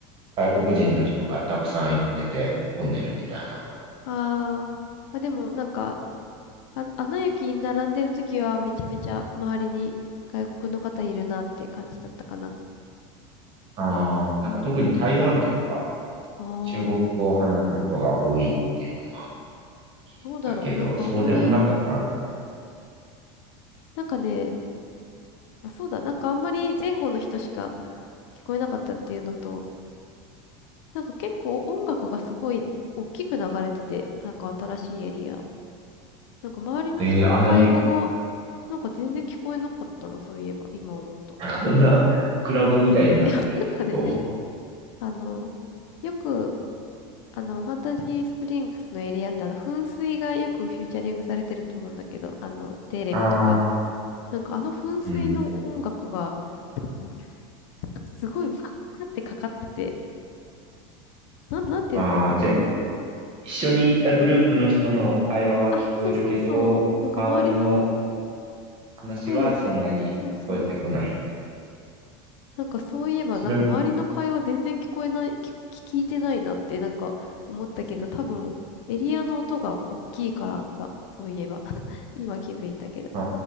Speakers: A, on the right; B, on the left.
A: 外国人の人がたくさん行ってて混んでるみたいな。
B: あー。まあでもなんか、あ、アナ雪に並んでる時はめちゃめちゃ周りに外国の方いるなって感じだったかな。
A: ああ、なんか特に台湾とか
B: あー。
A: 中国語を話す人が多いっていうのは聞いたけど、
B: どうだろう。なんかあんまり、
A: そうでもなかったんだね。
B: なんかね、まあそうだ、なんかあんまり前後の人しか聞こえなかったっていうのと、なんか結構音楽がすごい大きく流れてて、なんか新しいエリア。なんか周りの人の会話が、
A: えーあんな、
B: なんか全然聞こえなかったな、そういえば、今思うと。
A: こんなクラブみたいになってるってこと
B: いや、なんかね、あの、よく、あの、ファンタジースプリングスのエリアって、あの、噴水がよくフューチャリングされてると思うんだけど、あの、テレビとか。
A: ああ
B: なんかあの噴水の音楽が、
A: ー、うん。
B: なんかもう、すごいバーってかかってて、なん、なんて言うんだろう
A: ああ、じゃあ一緒に行ったグループの人の会話は聞こえるけど、
B: あ、そうそうそう。なんか周りの
A: 周りの話はそんなに聞こえてこない。
B: 声、そうそう。なんかそういえば、
A: それも、
B: なんか周りの会話全然聞こえない、聞、聞いてないなってなんか思ったけど、多分エリアの音が大きいからだ。そういえば。<laughs> 今気づいたけど。
A: あ